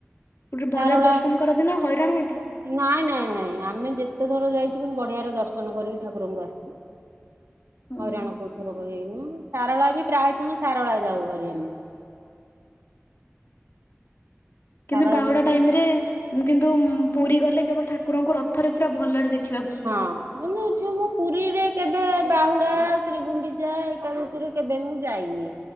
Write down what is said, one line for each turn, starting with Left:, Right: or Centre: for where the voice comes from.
Left: ପୁରୀ ରେ ଭଲରେ
Right: ସାରଳା
Left: ଦର୍ଶନ କରନ୍ତି ନା ହଇରାଣ ହୁଅନ୍ତି?
Right: ନାଇଁ ନାଇଁ ନାଇଁ ଆମେ ଯେତେଥର ଯାଇଚୁ କିନ୍ତୁ ବଢିଆରେ ଦର୍ଶନ କରିକି ଠାକୁରଙ୍କୁ ଆସିଛୁ।
Left: ହଁ
Right: ହଇରାଣ କୋଡ଼ ଥରକ ହେଇନୁ ସାରଳା ବି ପ୍ରାୟ ସମୟ ସାରଳା ଯାଉ ଭାରି ଆମେ। ସାରଳା
Left: କିନ୍ତୁ ବାହୁଡା
Right: ମନ୍ଦିର
Left: ଟାଇମ ରେ କିନ୍ତୁ ପୁରୀ ଗଲେ କେବଳ ଠାକୁରଙ୍କୁ ରଥରେ ପୁରା ଭଲରେ ଦେଖ
Right: ହଁ ଏଇନେ ଝିଅ ମୁଁ ପୁରୀରେ କେବେ ବାହୁଡା ଶ୍ରୀଗୁଣ୍ଡିଚା ଏକାଦଶୀରେ କେବେ ମୁଁ ଯାଇନି।